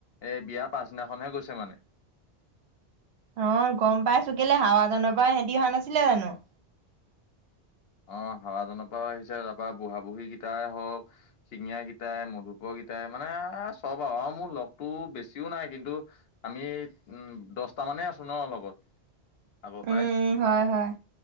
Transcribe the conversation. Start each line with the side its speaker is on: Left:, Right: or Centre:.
Left: এ বিয়া পাছদিনাখনহে গৈছে মানে।
Right: অঁ গম পাইছো কেলে হাৱা জানৰ পৰা হেঁতি অহা নাছিলে জানো।
Left: অঁ হাৱাজান পাও আহিছে তাপা বুঢ়া বুঢ়ীগিটাই হওক- শিঙীয়া গীটাই মধুপ গিটাই মানে চব আৰু আৰু মোৰ লগটো বেছিও নাই কিন্তু, - আমি এই উম দছটা মানেই আছো ন লগত। আগৰ পৰাই
Right: উম উম' হয় হয়,